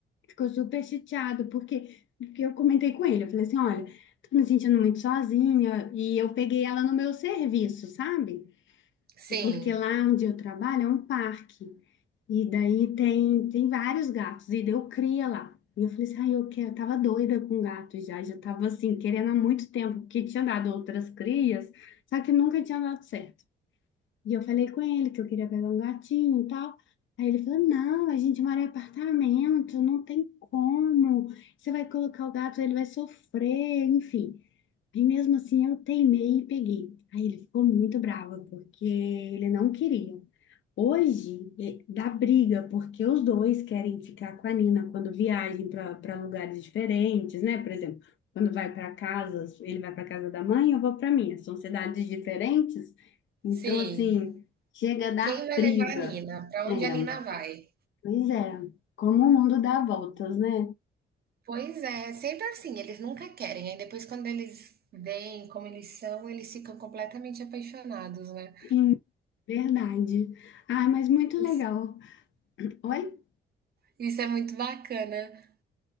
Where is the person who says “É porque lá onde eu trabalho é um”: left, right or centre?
Left